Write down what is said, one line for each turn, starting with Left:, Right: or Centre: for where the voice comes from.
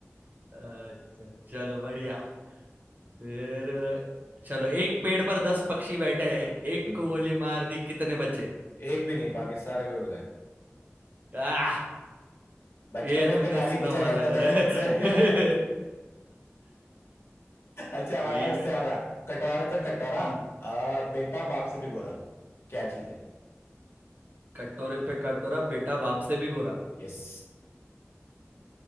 Right: अच्छा चलो बढ़िया फिर चलो एक पेड़ पर दस पक्षी बैठे हैं एक
Left: हम्म,
Right: को गोली मार दी कितने बचे
Left: एक भी नहीं बाकी सारे पेड़ उड़ गए
Right: आह
Left: बचपन
Right: ये
Left: में
Right: तुमने
Left: पिताजी
Right: सुना
Left: पूछा
Right: हुआ लग
Left: करते थे
Right: रहा
Left: मुझसे
Right: है
Left: <laughs> अच्छा हाँ
Right: ठीक
Left: यार उससे
Right: है
Left: याद आया कटोरे पे कटोरा
Right: हम्म,
Left: आ, बेटा बाप से भी गोरा क्या चीज है
Right: कटोरे पे कटोरा बेटा बाप से भी गोरा
Left: यस